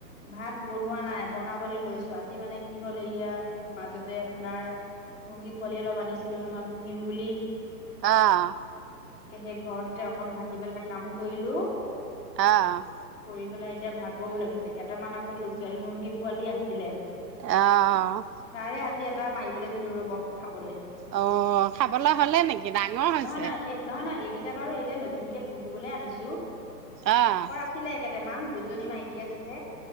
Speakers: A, on the left; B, on the right.
A: ভাত বনোৱা নাই, বনাবলৈ লৈছোঁ। আজি মানে কি হ'ল এইয়া মাজতে আপোনাৰ। মুৰ্গী পোৱালি অলপ আনিছিলো নহয় পুহিম বুলি।
B: অহ'
A: তাকে সেই ঘৰটোতে অকন ভাটিবেলা কাম কৰিলোঁ।
B: অ'
A: কৰি পেলাই এতিয়া ভাগৰও লাগিছে। কেইটামান আকৌ লোকেল মুৰ্গী পোৱালি আছিলে।
B: অহ'
A: তাৰে আজি এটা মাৰিবলৈ দিলো ৰব খাবলৈ।
B: অ' খাবলৈ হ'লে নেকি ডাঙৰ হৈছে।
A: নহয় নহয় এই নহয়, নহয়, এইকেইটা বাৰু এতিয়া নতুনকে পুহিবলৈ আনিছোঁ।
B: অ'
A: আছিলে কেইটামান দুজনী মাইকী আছিলে।